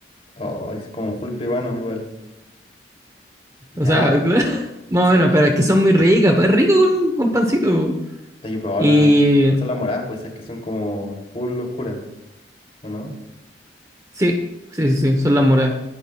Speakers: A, on the left (about 35°); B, on the right (about 20°).
A: Oh, es como full peruano igual. Ya,
B: O sea, <laughs> claro, más
A: es-
B: o menos, pero es que son muy ricas, pues es rico con, con pancito.
A: yo he probado
B: Y
A: la... Son las moradas, pues esas que son como full oscuras, ¿o no?
B: sí, sí, sí, sí, son las moras.